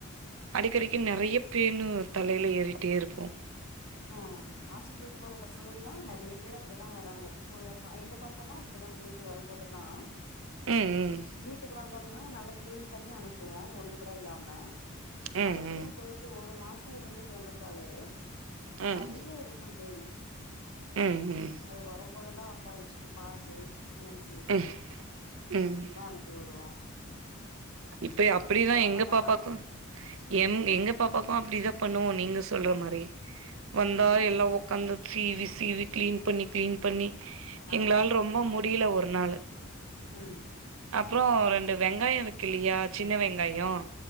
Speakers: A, on the right (about 65°); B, on the left (about 85°).
A: அடிக்கடிக்கு
B: ம்.
A: நிறைய பேனும் தலையில் ஏறிட்டே இருக்கும்
B: ஆ ஹாஸ்டல போற பசங்கல்லாம் நிறைய பேர் அப்படிதான் வராங்க போறப்பா எங்க பாப்பாவா அப்படித்தான் போயிட்டு வரும்போதெல்லாம்
A: ம் ம்
B: வீட்டுக்கு வந்தாலனா நல்லா கிளீன் பண்ணி அனுப்புவோம் ஒண்ணு கூட இல்லாம
A: ம்
B: மறுபடியும் போயிட்டு ஒரு மாசம் இருந்துட்டு வந்துட்டாலே
A: ம்
B: நிறைய இருக்கும் பேன்
A: ம் ம்
B: அது வரும்போதெல்லாம் உக்கார வச்சுட்டு பாத்து ஏச்சுக்குதான்
A: ம் ம்
B: அனுப்பி விடுவோம்
A: இப்ப அப்படிதான் எங்க
B: பண்ணலா
A: பாப்பாக்கும் எ எங்க பாப்பாக்கும்
B: ம்
A: அப்படிதான் பண்ணுவோம் நீங்க சொல்ற மாதிரி வந்தா
B: ம்
A: எல்லாம் உட்காந்து சீவி சீவி கிளீன் பண்ணி கிளீன் பண்ணி எங்களால
B: ஆ
A: ரொம்ப முடியல ஒரு நாள்
B: ம்
A: அப்புறம் ரெண்டு வெங்காயம் இருக்கலையா சின்ன வெங்காயம்